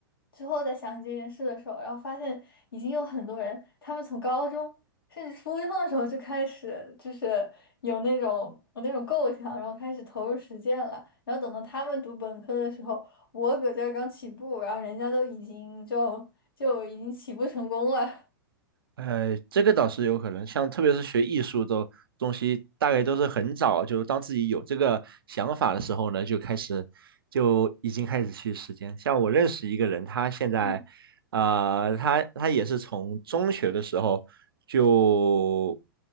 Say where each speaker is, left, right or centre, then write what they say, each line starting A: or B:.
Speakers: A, on the left; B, on the right.
A: 之后再想起这件事的时候，然后发现已经有很多人，他们从高中。是你初中的时候就开始，就是有那种有那种构想，然后开始投入实践了。然后等到他们读本科的时候，我搁这儿刚起步，然后人家都已经就就已经起步成功了。
B: 呃，这个倒是有可能，像特别是学艺术的东西，大概都是很早，就当自己有这个想法的时候呢，就开始就已经开始去实践。像我认识一个人，他现在，
A: 嗯
B: 呃，他他也是从中学的时候就